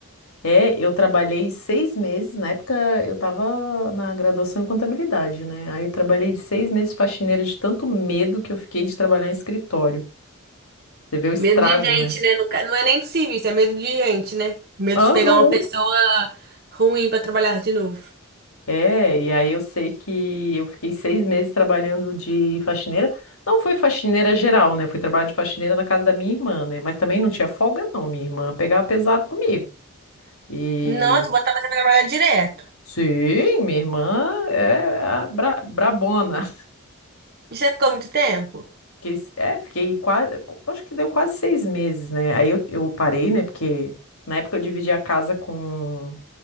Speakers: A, on the left; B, on the right.
A: É, eu trabalhei seis meses. Na época eu estava na graduação em contabilidade, né? Aí eu trabalhei de seis meses de faxineira de tanto medo que eu fiquei de trabalhar em escritório. Você vê o estrago,
B: Medo de gente,
A: né?
B: né? No ca- Não é nem do serviço, é medo de gente, né? Medo
A: Aham.
B: de pegar uma pessoa ruim pra trabalhar de novo.
A: É, e aí eu sei que eu fiquei seis meses trabalhando de faxineira. Não foi faxineira geral, né? Eu fui trabalhar de faxineira na casa da minha irmã, né? Mas também não tinha folga, não. Minha irmã pegava pesado comigo. E
B: Nossa, botava você pra trabalhar direto.
A: Sim, minha irmã é a bra- brabona.
B: E você ficou muito tempo?
A: <laughs> Fiquei, é, fiquei quase, acho que deu quase seis meses, né? Aí eu, eu parei, né? Porque na época eu dividi a casa com